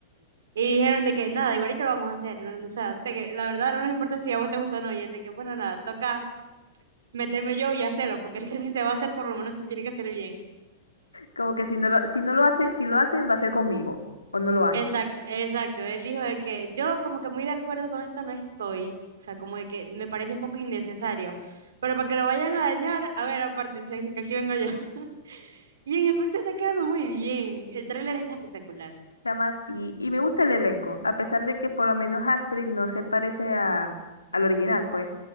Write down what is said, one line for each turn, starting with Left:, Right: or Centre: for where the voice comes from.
Right: Y dijeron de que nada, igualito lo vamos a hacer. No, no, o sea, de que la verdad no nos importa si a vos te gusta o no. Y él de que, bueno, nada, toca meterme yo y hacerlo, porque es que si se va a hacer, por lo menos se tiene que hacer bien.
Left: Como que si no lo, si no lo hacen, si lo hacen, va a ser conmigo. O no lo hacen.
Right: Exacto, exacto. Él dijo de que yo como que muy de acuerdo con esto no estoy. O sea, como de que me parece un poco innecesario. Pero para que lo vayan a dañar, a ver, apártense, así que aquí vengo yo. <laughs> Y en efecto está quedando muy bien. El tráiler está espectacular.
Left: Se llama así. Y me gusta el elenco, a pesar de que por lo menos Astrid no se parece a, al original, pues.